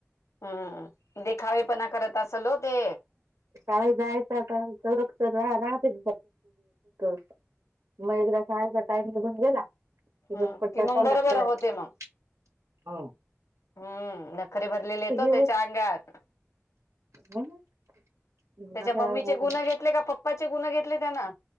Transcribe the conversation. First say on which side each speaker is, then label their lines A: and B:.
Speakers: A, on the left; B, on the right.
A: हम्म. देखावेपणा करत असल हो ते.
B: शाळे जायच आता संरक्षण रा राहते, <unintelligible> मग एकदा शाळेचा टाइम निघून गेला, <unintelligible>
A: हम्म कि मग बरोबर होते मग
B: हांव.
A: हम्म. नखरे भरलेले ओ, त्याच्या
B: होत
A: अंगात.
B: म्हणून
A: त्याच्या
B: आता
A: मम्मीचे
B: हो
A: गुनहे घेतले का, पप्पाचे गुनहे घेतले त्यांन.